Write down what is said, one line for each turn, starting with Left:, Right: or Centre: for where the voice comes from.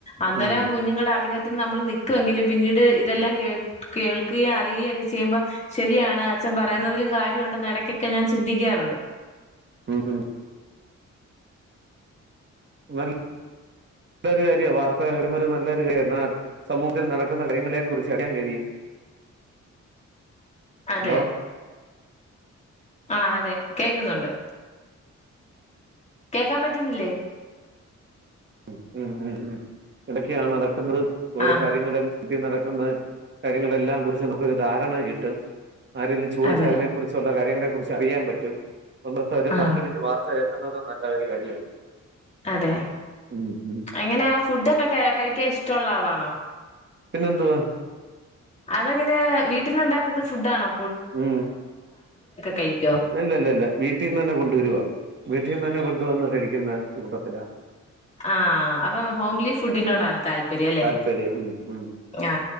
Left: അന്നേരം
Right: ഉം
Left: കുഞ്ഞുങ്ങളുടെ ആഗ്രഹത്തിന് നമ്മൾ നക്കുങ്കിലും പിന്നീട് ഇതെല്ലാം കേ കേൾ ക്കയും അറുകയ ഒക്കെ ചെയ്യുമ്പോ ശരിയാണ് അ... അച്ഛൻ പറയുന്നതിലും കാര്യമുണ്ടെന്ന് ഇടയ്ക്കൊക്കെ ഞാൻ ചിന്തിക്കാറുണ്ട്
Right: മം മംമം നല്ലൊരു കാര്യ വാർത്ത ഒരു നല്ലൊരു കാര്യ എന്ന സമൂഹത്തിൽ നടക്കുന്ന കാര്യങ്ങളെ കുറിച്ച് അറിയാൻ കഴിയും
Left: അതെ
Right: ഹലോ
Left: ആ അതെ കേക്കുന്നുണ്ട് കേക്കാൻ പറ്റുന്നില്ലേ
Right: ഉ ഉം ഉം ഉം ഇടക്കെണ് നട ഓരോ
Left: ആ
Right: കാര്യങ്ങള് കട്ടി നടക്കുന്ന കാര്യങ്ങളെല്ലാം കുറിച്ച് നമുക്കരു ധാരണ കിട്ടും ആരെങ്കില ചോദിച്ചാ
Left: അതെ
Right: അതിനെ കുറിച്ചുള്ള കാര്യങ്ങള കുറിച്ച് അറിയാൻ പറ്റും ഒന്നത്തെ ഒരു
Left: ആ
Right: പത്ത് മിനിറ്റ് വാർത്ത ന്നത് നല്ല ഒരു കാര്യമാണ്
Left: അതെ
Right: ഉം ഉം
Left: എങ്ങനെയാ ഫുഡൊക്കെ കഴിക്കാൻ ഇഷ്ടമുള്ള ആളാണോ
Right: പിന്നെന്തുവാ
Left: അതങ്ങനെ വീട്ടിൽുണ്ടാക്കുന്ന ഫുഡ് ആണോ
Right: ഉ
Left: കഴിക്കോ
Right: ഇല്ല ഇല്ല ഇല്ല വീട്ടീന്ന് തന്നെ കൊണ്ടുവരുവാ വീട്ടിൽന്ന് തന്നെ കൊണ്ടുവന്ന് കഴിക്കുന്ന.... കൂട്ടത്തില
Left: ആഹ അപ്പൊ ഹോംലി ഫുഡിനോടാണ് താല്പര്യം അല്ലെ
Right: താല്പര്യം ഉം ഉം
Left: ആ